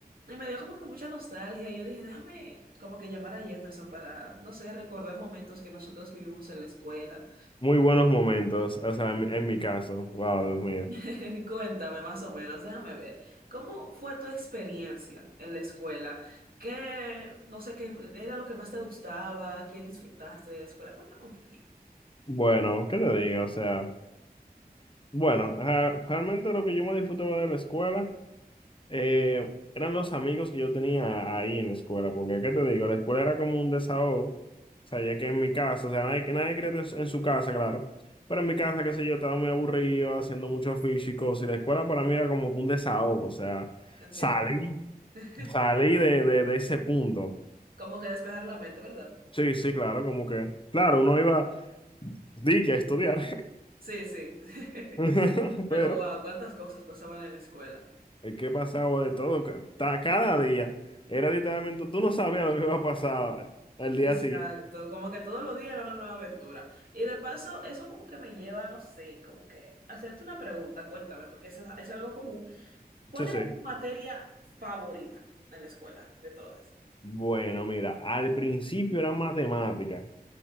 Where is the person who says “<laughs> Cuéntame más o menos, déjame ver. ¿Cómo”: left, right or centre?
Right